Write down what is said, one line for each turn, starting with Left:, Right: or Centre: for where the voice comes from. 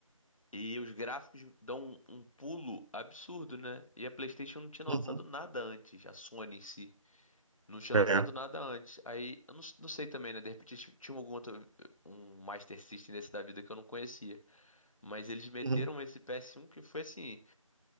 Left: E os gráficos dão um, um pulo absurdo, né? E a PlayStation não tinha lançado
Right: Uhum.
Left: nada antes, a Sony em si. Não tinha
Right: É.
Left: lançado nada antes. Aí, eu não, não sei também, né? De repente t- tinha algum outro, um Master System desse da vida que eu não conhecia. Mas eles meteram
Right: Uhum.
Left: esse PS1 que foi assim.